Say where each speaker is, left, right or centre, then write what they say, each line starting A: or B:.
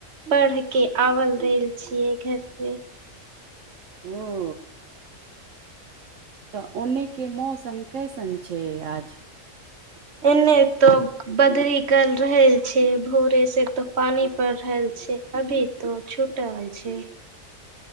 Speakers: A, on the right; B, on the right.
A: बढ़ के आवल रहल छियै घर से
B: ह तऽ ओन्नेके मौसम कैसन छै आज
A: एने तऽ बदरी कल रहल छै भोरे से एक तो पानी पड़ रहल छै अभी तो छोटा छै